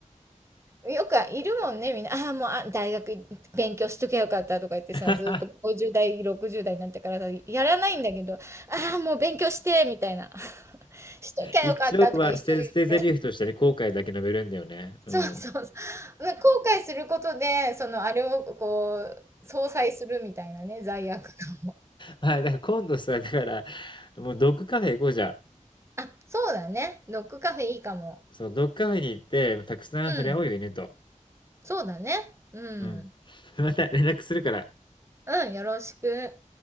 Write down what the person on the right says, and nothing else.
よくいるもんね、みんな。ああ、もう、あ、大学勉強しとけばよかったとか言ってさ、
ずーっと50代、60代になってからさ、やらないんだけど、ああ、もう勉強して、みたいな。<laughs> しときゃよかったとか一生言って。
そうそうそう。<laughs> な後悔することで、その、あれをこう、相殺するみたいなね、罪悪感。
<laughs> あ、そうだね。ドッグカフェいいかも。
うん。
そうだね。うん。
うん、よろしく。